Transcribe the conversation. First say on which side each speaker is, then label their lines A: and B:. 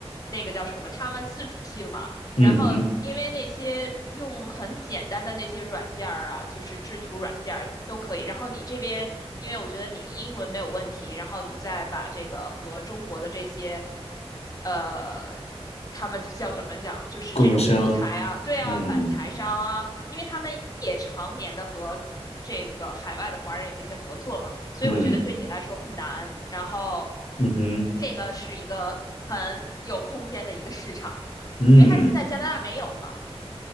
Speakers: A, on the left; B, on the left.
A: 那个叫什么，他们自主性嘛。
B: 嗯哼，
A: 然后，因为那些用很简单的那些软件儿啊，就是制图软件儿都可以。然后你这边，因为我觉得你英文没有问题，然后你再把这个和中国的这些。呃。他们叫怎么讲，就是这种木材啊，
B: 供应商，
A: 对啊，
B: 嗯
A: 板材商啊，因为他们也常年的和这个海外的华人有一些合作嘛，所以我觉得对你来说不难。
B: 嗯
A: 然后，
B: 嗯哼
A: 这个是一个很有空间的一个市场，
B: 嗯，
A: 因为它现在加拿大没有嘛，